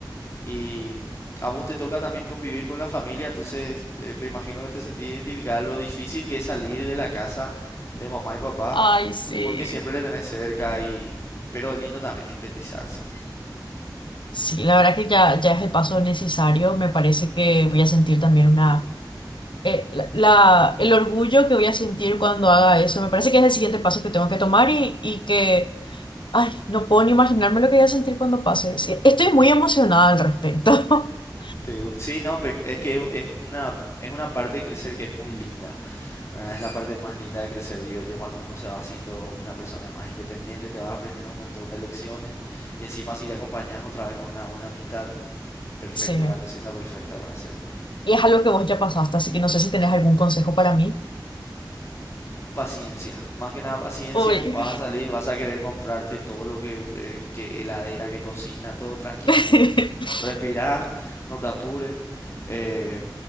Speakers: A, on the left (about 35°); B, on the left (about 80°).
A: Y a vos te toca también convivir con la familia, entonces eh, me imagino que te sentís identificada lo difícil que es salir de la casa de mamá y papá,
B: Ay, sí.
A: porque siempre le tenés cerca y... Pero es lindo también independizarse.
B: Sí, la verdad que ya, ya es el paso necesario. Me parece que voy a sentir también una... eh, la, la- el orgullo que voy a sentir cuando haga eso. Me parece que es el siguiente paso que tengo que tomar y, y que... Ay, no puedo ni imaginarme lo que voy a sentir cuando pase. Sí, Estoy muy emocionada al respecto. <laughs>
A: Te gu- Sí, no, pe- es que es una, es una parte de crecer que es muy linda, ¿verdad? Es la parte más linda de crecer, digo yo, cuando uno se va haciendo una persona más independiente, te vas aprendiendo un montón de lecciones y encima si te acompañas otra vez con una buena amistad, perfecto,
B: Sí.
A: la receta perfecta para hacer eso.
B: Y es algo que vos ya pasaste, así que no sé si tenés algún consejo para mí.
A: Paciencia, más que nada paciencia,
B: Uy.
A: vas a salir, vas a querer comprarte todo lo que, eh, que heladera, que cocina, todo tranquilo
B: <laughs>
A: más. Respirá, no te apures. eh,